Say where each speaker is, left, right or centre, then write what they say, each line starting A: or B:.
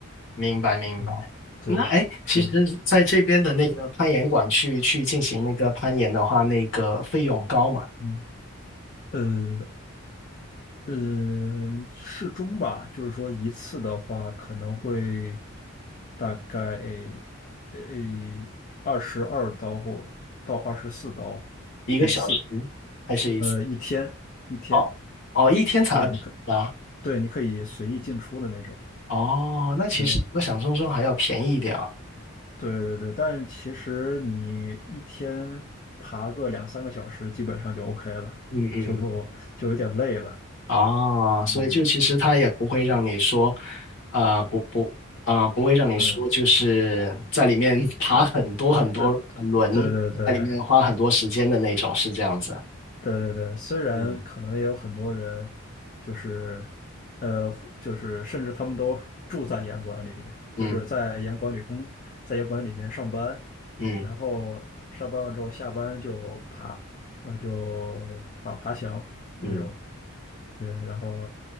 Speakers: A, on the left (about 60°); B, on the left (about 35°).
A: 明白明白。
B: 嗯，对，
A: 那哎，诶其实在这边的那个攀岩馆去去进行那个攀岩的话，
B: 说是，
A: 那个费用高嘛？
B: 嗯，呃，嗯，适中吧，就是说一次的话可能会大概呃二十二刀或到二十四刀
A: 一个小时还是一次？
B: 一次，呃，一天一天，
A: 哦哦，一天才二十八。
B: 就是你可，对，你可以随意进出的那种，
A: 哦，那其实我想象中还要便宜一点啊。
B: 对。对对对，但其实你一天爬个两三个小时，基本上就 OK 了，
A: 嗯嗯嗯。
B: 就就有点累了。
A: 哦，
B: 嗯
A: 所以就其实他也不会让你说，呃，不不，啊、不会让你说就是在里面
B: 嗯，
A: <laughs> 爬很多很多轮，
B: 对对对对对，
A: 在里面花很多时间的那种，是这样子。
B: 对对对，虽然可能也有很多人，
A: 嗯
B: 就是，呃，就是甚至他们都住在严管里，就是在严管里工，
A: 嗯
B: 在严管里面上班，
A: 嗯
B: 然后上班了之后下班就爬，那就爬爬墙这种，
A: 嗯。
B: 对，然后，